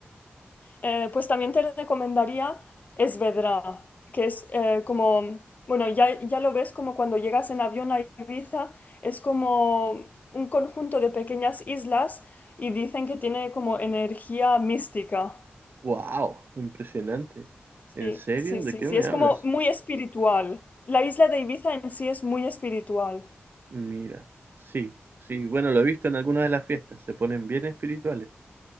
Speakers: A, on the left (about 45°); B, on the right (about 60°).
A: Eh, pues también te recomendaría Esvedra, que es eh, como, bueno, ya, ya lo ves como cuando llegas en avión a Ibiza, es como un conjunto de pequeñas islas y dicen que tiene como energía mística.
B: Wow, impresionante. ¿En
A: Sí,
B: serio?
A: sí,
B: ¿De
A: sí,
B: qué
A: sí,
B: me
A: es
B: hablas?
A: como muy espiritual. La isla de Ibiza en sí es muy espiritual. <laughs>
B: Mira, sí, sí, bueno, lo he visto en algunas de las fiestas, se ponen bien espirituales.